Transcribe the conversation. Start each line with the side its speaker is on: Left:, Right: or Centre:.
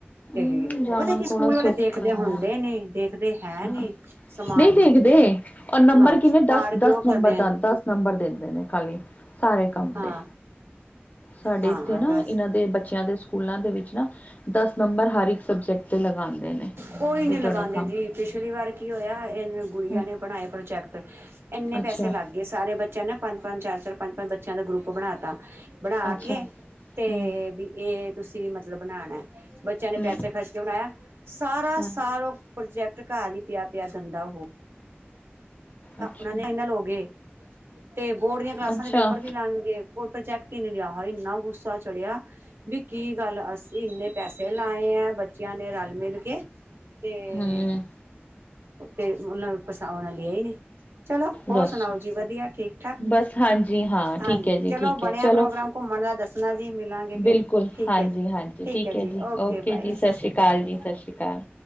Right: ਤੇ
Left: ਹਮ, ਜਾਣਾ
Right: ਓ ਪਤਾ ਕੀ
Left: ਥੋੜਾ
Right: ਸਕੂਲ ਵਾਲੇੇ
Left: ਸੌਖਾ
Right: ਦੇਖਦੇ
Left: ਹੈ
Right: ਹੁੰਦੇ ਨੀ ਦੇਖਦੇ ਹੈ
Left: ਹਾਂ
Right: ਨੀ, ਸਮਾਨ
Left: ਨਹੀਂ ਦੇਖਦੇ
Right: ਨੂੰ।
Left: ਔਰ ਨੰਬਰ
Right: ਹਾਂ,
Left: ਕਿੰਨੇ ਦਸ
Right: ਪਾੜ
Left: ਦਸ
Right: ਕਿਓਂ ਕਰਦੇ
Left: ਨੰਬਰ
Right: ਐ?
Left: ਦਾ ਦਸ ਨੰਬਰ ਦਿੰਦੇ ਨੇ ਖਾਲੀ, ਸਾਰੇ ਕੰਮ
Right: ਹਾਂ
Left: ਦੇ। ਸਾਡੇ
Right: ਹਾਂ
Left: ਏਥੇ ਨਾ
Right: ਦੱਸ
Left: ਏਨਾਂ ਦੇ ਬੱਚੇਆਂ ਦੇ ਸਕੂਲਾਂ ਦੇ ਵਿੱਚ ਨਾ ਦਸ ਨੰਬਰ ਹਰ ਇੱਕ ਸਬਜੈਕਟ ਤੇ ਲਗਾਉਂਦੇ ਨੇ
Right: ਕੋਈ ਨੀ
Left: ਵੀ ਤੁਹਾਡਾ
Right: ਲਗਾਂਦੇ
Left: ਕੰਮ
Right: ਜੀ ਪਿਛਲੀ ਵਾਰ ਕੀ ਹੋਏਆ ਏਨੇ ਗੁੜੀਆਂ
Left: ਹਮ
Right: ਨੇ ਬਣਾਯੇ ਪ੍ਰੋਜੈਕਟ ਇੰਨੇ ਪੈਸੇ
Left: ਅੱਛਾ
Right: ਲਾਗੇ ਸਾਰੇ ਬੱਚੇਆਂ ਨੇ ਪੰਜ-ਪੰਜ, ਚਾਰ-ਚਾਰ, ਪੰਜ-ਪੰਜ ਬੱਚੇਆਂ ਦਾ ਗਰੁੱਪ ਬਣਾ ਤਾ ਬਣਾ
Left: ਅੱਛਾ
Right: ਕੇ, ਤੇ
Left: ਹਮ
Right: ਵੀ ਏ ਤੁਸੀਂ ਮਤਲਬ ਬਣਾਣੈ, ਬੱਚੇਆਂ ਨੇ
Left: ਹਮ
Right: ਪੈਸੇ ਖਰਚ ਕਿ ਬਣਾਯੇਆ, ਸਾਰਾ
Left: ਹਮ
Right: ਸਾਲ ਓ ਪ੍ਰੋਜੈਕਟ ਘਰ ਈ ਪਿਆ-ਪਿਆ ਗੰਦਾ ਹੋ
Left: ਅੱਛਾ
Right: ਓਨਾ ਨੇ ਫਾਈਨਲ ਹੋ ਗਏ ਤੇ ਬੋਰਡ ਦੀਆਂ ਕਲਾਸਾਂ
Left: ਅੱਛਾ
Right: ਦੇ ਪੇਪਰ ਵੀ ਲੰਘ ਗੇ ਓ ਪ੍ਰੋਜੈਕਟ ਈ ਨੀ ਲਿਆ ਹਾਏ ਇੰਨਾ ਗੁੱਸਾ ਚੜੇਆ ਵੀ ਕੀ ਗੱਲ ਅਸੀਂ ਇੰਨੇ ਪੈਸੇ ਲਾਏ ਐ ਬੱਚੇਆਂ ਨੇ ਰਲ ਮਿਲ ਕੇ, ਤੇ
Left: ਹਮ
Right: ਤੇ ਹੁਨ ਪਰਸਾ ਓਨਾ ਲਿਆ ਈ ਨੀ। ਚਲੋ ਹੋਰ
Left: ਦੱਸ
Right: ਸੁਣਾਓ ਜੀ ਵਦੀਆ ਠੀਕ-ਠਾਕ,
Left: ਬਸ ਹਾਂਜੀ ਹਾਂ
Right: ਹਾਂਜੀ
Left: ਠੀਕ ਹੈ ਜੀ
Right: ਚਲੋ
Left: ਠੀਕ
Right: ਬਣੇਆ
Left: ਹੈ ਚਲੋ
Right: ਪ੍ਰੋਗਰਾਮ ਘੁੰਮਣ ਦਾ ਦੱਸਣਾ ਜੀ ਮਿਲਾਂਗੇ ਫੇਰ,
Left: ਬਿਲਕੁਲ
Right: ਠੀਕ
Left: ਹਾਂਜੀ
Right: ਐ ਜੀ,
Left: ਹਾਂਜੀ
Right: ਠੀਕ ਐ
Left: ਹੈ
Right: ਜੀ ਓਕੇ ਬਾਏ।
Left: ਜੀ ਸਤਿ
Right: ਸਸ੍ਰੀ
Left: ਸ਼੍ਰੀ ਅਕਾਲ
Right: ਕਾਲ ਜੀ।
Left: ਸਤਿ ਸ਼੍ਰੀ ਅਕਾਲ